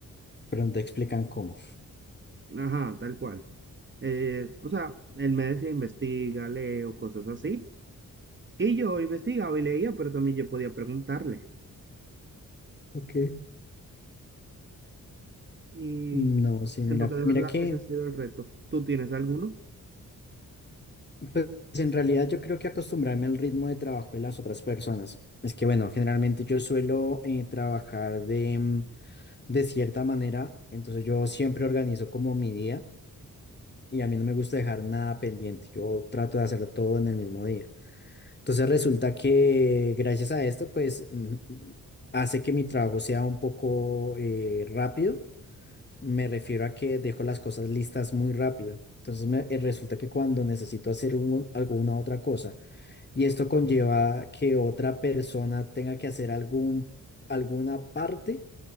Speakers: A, on the left (about 30°); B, on the right (about 30°).
A: pero no te explican cómo.
B: Ajá, tal cual. Eh, o sea, él me decía investiga, leo, cosas así. Y yo investigaba y leía, pero también yo podía preguntarle.
A: ok.
B: Y
A: No, sí,
B: siento
A: mira,
B: que de
A: mira
B: verdad
A: que,
B: ese ha sido el reto. ¿Tú tienes alguno?
A: pues en realidad yo creo que acostumbrarme al ritmo de trabajo de las otras personas. Es que bueno, generalmente yo suelo eh, trabajar de, mm, de cierta manera, entonces yo siempre organizo como mi día y a mí no me gusta dejar nada pendiente, yo trato de hacerlo todo en el mismo día. Entonces resulta que gracias a esto, pues mm, hace que mi trabajo sea un poco eh, rápido. Me refiero a que dejo las cosas listas muy rápido. Entonces me, eh, resulta que cuando necesito hacer un- alguna otra cosa y esto conlleva que otra persona tenga que hacer algún, alguna parte,